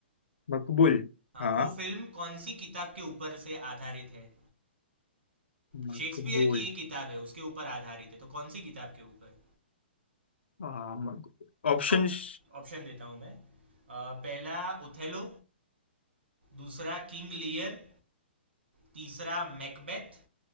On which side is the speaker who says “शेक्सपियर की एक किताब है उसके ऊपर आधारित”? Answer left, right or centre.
Right